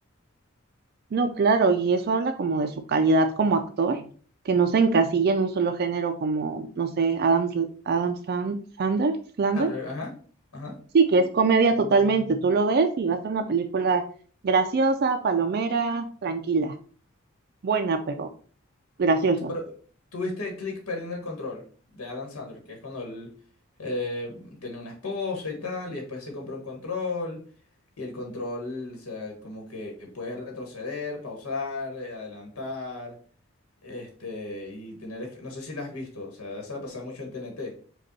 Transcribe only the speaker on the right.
No, claro, y eso habla como de su calidad como actor, que no se encasilla en un solo género como, no sé, Adam, Sl- Adam Sand- Sandler, Slander.
Sí, que es comedia totalmente. Tú lo ves y va a ser una película graciosa, palomera, tranquila, buena, pero graciosa.